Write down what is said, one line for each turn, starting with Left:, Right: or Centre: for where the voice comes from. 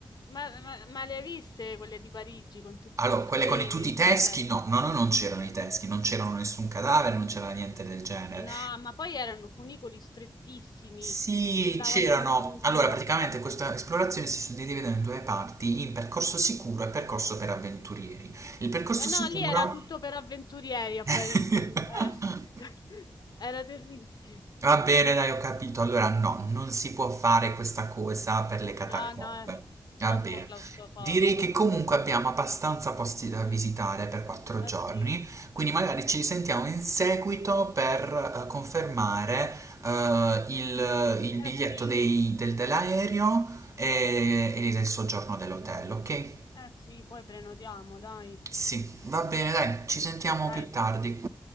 Left: ma- ma- ma le hai viste quelle di Parigi con tutti
Right: Allora,
Left: gli scheletri?
Right: quelle con i- tutti i teschi,
Left: Cioè.
Right: no, no, no, non c'erano i teschi, non c'erano nessun cadavere, non c'era niente del genere.
Left: No, ma poi erano cunicoli strettissimi,
Right: Sì,
Left: si andava
Right: c'erano.
Left: in profondità.
Right: Allora, praticamente questa esplorazione si suddivideva in due parti, in percorso sicuro e percorso per avventurieri. Il percorso
Left: Eh no,
Right: sicuro...
Left: lì era tutto per avventurieri a
Right: <laughs>
Left: Parigi, eh. <laughs> Era terribile.
Right: Va bene, dai, ho capito. Allora, no, non si può fare questa cosa per le catacombe.
Left: No, no, è
Right: Va
Left: troppo
Right: bene.
Left: claustrofobica.
Right: Direi che comunque abbiamo abbastanza posti
Left: Mhm.
Right: da visitare per quattro
Left: Eh
Right: giorni,
Left: sì,
Right: quindi magari ci risentiamo in seguito per eh, confermare eh, il, il biglietto
Left: eh sì.
Right: dei- del- dell'aereo e, e il soggiorno
Left: Mm,
Right: dell'hotel,
Left: mm, mm.
Right: ok?
Left: Eh sì, poi prenotiamo, dai.
Right: Sì, va bene, dai, ci sentiamo
Left: Dai,
Right: più tardi.